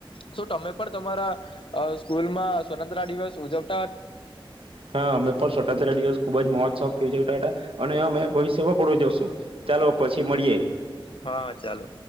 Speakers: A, on the left; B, on the right.
A: શ તમે પણ તમારા સ્કૂલમાં સ્વતંત્ર દિવસ ઉજ <inaudible>
B: હા અમે પણ <unintelligible> દિવસ ખુબ જ મોજ શોખ થય છેાટા અને અમે ભવિષ્યમાં પડું જશું ચાલો પછી મળીયે.
A: હા હા ચાલો.